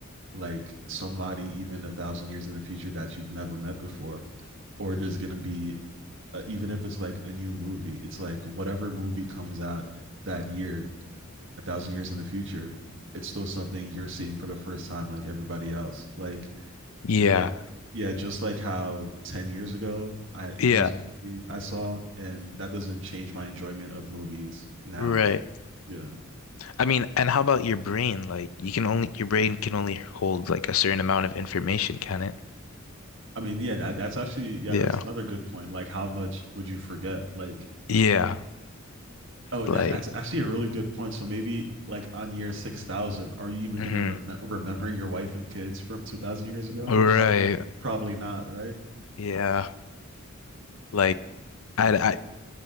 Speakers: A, on the right; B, on the left.
A: like somebody even a thousand years in the future that you've never met before or there's going to be uh, even if it's like a new movie it's like whatever movie comes out that year a thousand years in the future it's still something you're seeing for the first time like everybody else like
B: Yeah.
A: you're yeah just like how 10 years ago i
B: Yeah.
A: there was a movie i saw and that doesn't change my enjoyment of movies now
B: Right.
A: yeah
B: I mean, and how about your brain? Like you can only your brain can only hold like a certain amount of information, can it?
A: I mean, yeah, that that's actually yeah,
B: Yeah.
A: that's another good point. Like, how much would you forget? Like,
B: Yeah.
A: oh,
B: Like
A: that that's actually a really good point. So maybe like on year six thousand, are you even
B: hmm
A: gonna rem- remember your wife and kids from two thousand years ago?
B: Right.
A: Probably, probably not, right?
B: Yeah. Like I I